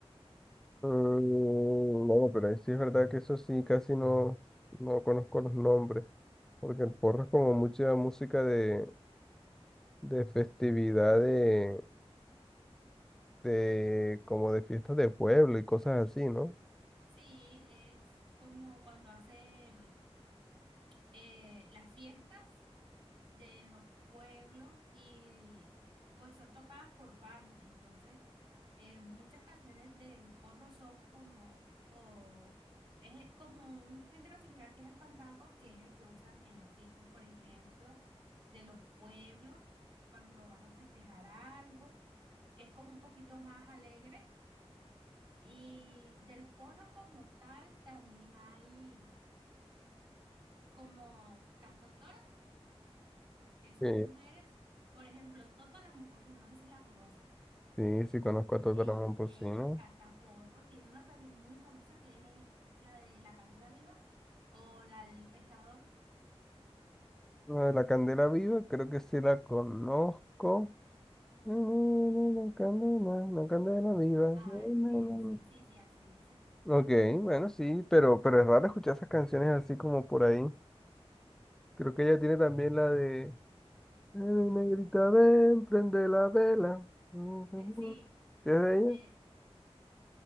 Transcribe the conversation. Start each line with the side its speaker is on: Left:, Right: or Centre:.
Centre: Mm, No, pero ahí sí es verdad que eso sí, casi no, no conozco los nombres, porque el porro es como mucha música de, de festividad, de, de como de fiestas de pueblo y cosas así, ¿no?
Right: Sí, es como cuando hacen eh, las fiestas de los pueblos y pues son tocadas por bandas. Entonces, eh, muchas canciones del porro son como, o es como un género similar que es el fandango, que es el que usan en las fiestas, por ejemplo, de los pueblos, cuando van a festejar algo, que es como un poquito más alegre. Y del porro como tal también hay como cantautoras que son
Centre: Sí,
Right: mujeres. Por ejemplo, Toto la Momposina, no sé si la conoces.
Centre: sí, sí conozco a Toto
Right: Ella,
Centre: Ramón Pocino.
Right: ella canta porro, tiene una canción muy famosa que es la de La Candela Viva o la del pescador.
Centre: La de la Candela Viva, creo que sí la conozco. Mm, mm, mm, La candela, la candela viva.
Right: Ah,
Centre: Na,
Right: eh,
Centre: na,
Right: sí,
Centre: na.
Right: sí, sí, así dice.
Centre: Ok, bueno, sí, pero, pero es raro escuchar esas canciones así como por ahí. Creo que ella tiene también la de "Eh, Negrita, ven, prende la vela. <laughs>
Right: Eh, sí,
Centre: ¿Qué es de ella?
Right: eh,